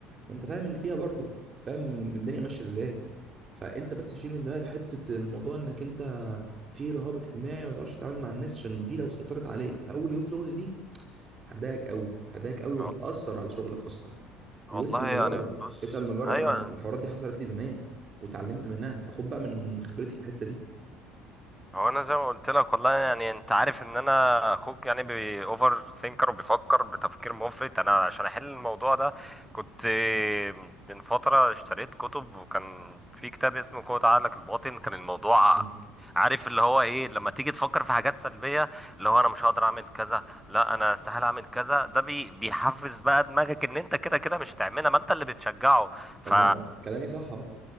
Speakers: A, on the right (about 30°); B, in the centre.
A: ما انت فاهم اللي فيها برضو فاهم الدنيا ماشيه ازاي فانت بس تشيل من دماغك حته الموضوع انك انت في رهاب اجتماعي ما بتعرفش تتعامل مع الناس عشان دي لو سيطرت عليك في اول يوم شغل ليك هتضايقك قوي هتضايقك قوي وهتأثر
B: وال-
A: على شغلك اصلا واسأل
B: والله يعني
A: مجرب
B: بص
A: اسأل مجرب
B: ايوه
A: انا الحوارات دي حصلت لي زمان وتعلمت منها فخد بقى من خبرتي في الحتة دي
B: هو انا زي ما قلت لك والله يعني انت عارف ان انا اخوك يعني بي اوفر ثينكر وبيفكر بتفكير مفرط انا عشان احل الموضوع ده كنت من فتره اشتريت كتب وكان في كتاب اسمه قوة عقلك الباطن كان الموضوع
A: مم.
B: عارف اللي هو ايه لما تيجي تفكر في حاجات سلبيه اللي هو انا مش هقدر اعمل كذا لا انا استحيل اعمل كذا ده بي بيحفز بقى دماغك ان انت كده كده مش هتعملها ما انت اللي بتشجعه ف
A: طب ما هو كلامي صح اهو